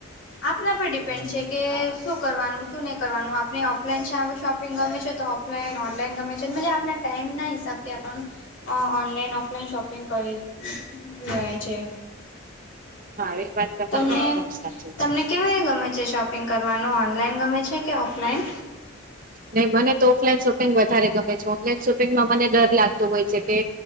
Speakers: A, on the left; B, on the right.
A: આપના પર ડિપેન્ડ છે, કે શું કરવાનું શું નહીં કરવાનું આપણે ઓફલાઈન છે, શોપ પિંગ ગમે છે, તો ઓફલાઈન ઓનલાઈન ગમે છે, <unintelligible> આપ ટાઈમ ના હિસાબથી અ ઓનલાઈન ઓફલાઈન શોપિંગ કરી લેવાય છે.
B: હા એ વાત તમારી
A: તમને
B: એકદમ સાચી છે.
A: <unintelligible> ગમે છે, શોપિંગ કરવાનું ઓનલાઈન ગમે છે, કે ઓફલાઈન?
B: નહી મને તો ઓફલાઈન શોપિંગ વધારે ગમે છે, ઓફલાઈન શોપિંગમાં મને ડર લાગતો હોય છે, કે